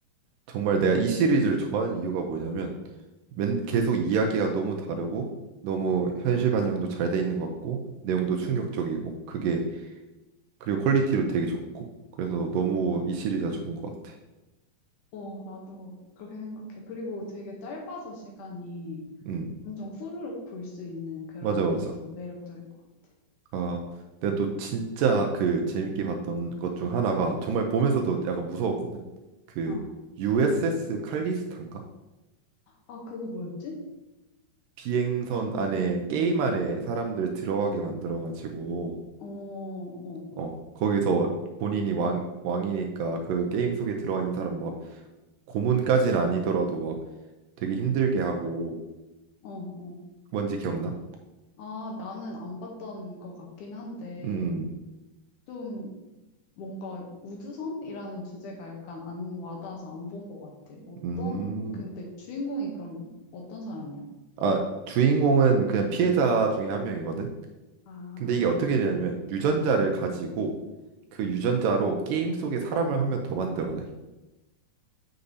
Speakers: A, on the right; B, on the left.
A: 정말 내가 이 시리즈를 좋아하는 이유가 뭐냐면 맨, 계속 이야기가 너무 다르고 너무 현실 반영도 잘 돼 있는 것 같고 내용도 충격적이고
B: 응.
A: 그게 그리고 퀄리티도 되게 좋고 그래서 너무 이 시리즈가 좋은 것 같아.
B: 어, 나도 그렇게 생각해. 그리고 되게 짧아서 시간이
A: 음,
B: 엄청 후루룩 볼 수 있는 그런
A: 맞아, 맞아.
B: 것도 매력적인 것 같아.
A: 아, 내가 또 진짜 그 재밌게 봤던 것 중 하나가 정말 보면서도 약간 무서웠거든. 그
B: 어.
A: USS 칼리스탄가?
B: 아, 그거 뭐였지?
A: 비행선
B: 무슨
A: 안에
B: 영화?
A: 게임 안에 사람들 들어가게 만들어 가지고
B: 어, 어,
A: 어, 거기서 본인이 왕 왕이니까 그 게임 속에 들어가 있는 사람 막 고문까지는 아니더라도 막 되게 힘들게 하고
B: 어, 어.
A: 뭔지 기억나?
B: 아, 나는 안 봤던 것 같긴 한데,
A: 음.
B: 좀 뭔가 우주선이라는 주제가 약간 안 와닿아서 안 본 것 같아. 어떤,
A: 음.
B: 근데 주인공이 그럼 어떤 사람이야?
A: 아, 주인공은 그냥 피해자 중에 한 명이거든.
B: 아,
A: 근데 이게 어떻게 되냐면 유전자를 가지고 그 유전자로 게임 속에 사람을 한 명 더 만들어내.